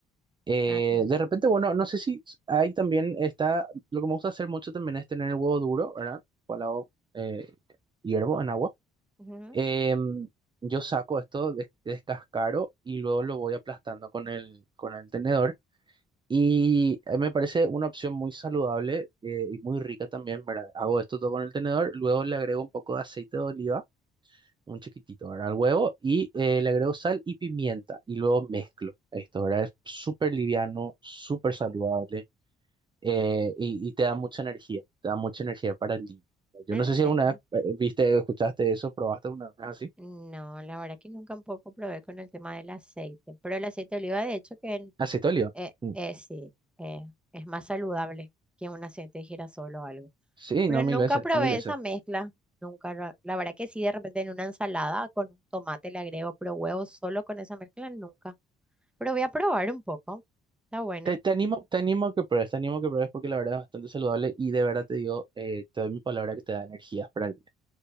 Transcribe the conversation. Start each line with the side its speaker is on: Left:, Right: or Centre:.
Right: Eh,
Centre: Ah, toma.
Right: de repente, bueno, no sé si hay también está, lo que me gusta hacer mucho también es tener el huevo duro, ¿verdad? Cual hago, eh, hiervo en agua.
Centre: Ujú,
Right: Em, yo saco esto de, descascaro y luego lo voy aplastando con el, con el tenedor. Y eh, me parece una opción muy saludable eh, y muy rica también, ¿verdad? Hago esto todo con el tenedor, luego le agrego un poco de aceite de oliva, un chiquitito, ¿verdad? Al huevo y eh, le agrego sal y pimienta y luego mezclo esto, ¿verdad? Es súper liviano, súper saludable eh, y, y te da mucha energía, te da mucha energía para el día. Yo
Centre: ¿En
Right: no sé
Centre: serio?
Right: si alguna vez eh, viste, escuchaste eso, probaste una vez así.
Centre: No, la verdad que nunca un poco probé con el tema del aceite, pero el aceite de oliva de hecho que en-
Right: Acetolio.
Centre: eh,
Right: Mm.
Centre: eh, sí, eh, es más saludable que un aceite de girasol o algo.
Right: Sí,
Centre: Pero
Right: no,
Centre: nunca
Right: mil veces,
Centre: probé
Right: mil veces.
Centre: esa mezcla, nunca. La la verdad que sí, de repente en una ensalada con un tomate le agrego, pero huevos solo con esa mezcla nunca. Pero voy a probar un poco, está buena.
Right: Te, te animo, te animo a que pruebes, te animo a que pruebes porque la verdad es bastante saludable y de verdad te digo, eh, te doy mi palabra que te da energías para el día.